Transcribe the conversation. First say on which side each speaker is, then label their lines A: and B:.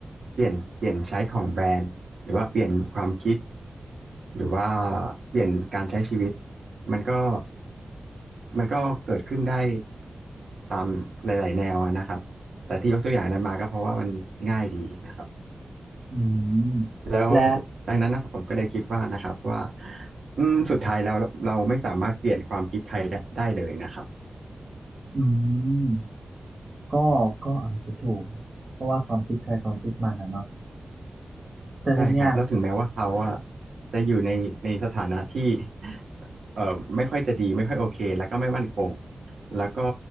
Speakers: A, on the right (about 75°); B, on the right (about 35°).
A: เปลี่ยนเปลี่ยนใช้ของแบรนด์หรือว่าเปลี่ยนความคิดหรือว่าเปลี่ยนการใช้ชีวิตมันก็มันก็เกิดขึ้นได้ตามหลายๆแนวอะนะครับแต่ที่ยกตัวอย่างนั้นมาก็เพราะว่ามันง่ายดีนะครับ
B: อืม
A: แล้ว
B: และ
A: ดังนั้นนะผมก็เลยคิดว่านะครับว่าอืมสุดท้ายแล้วเราเราไม่สามารถเปลี่ยนความคิดใครได้ได้เลยนะครับ
B: อืมก็ก็อาจจะถูกเพราะว่าความคิดใครความคิดมันอ่ะเนาะแต่ทีเนี้ย
A: ใช่ครับแล้วถึงแม้ว่าเขาอะจะอยู่ในในสถานะที่เอ่อไม่ค่อยจะดีไม่ค่อยโอเคแล้วก็ไม่มั่นคงแล้วก็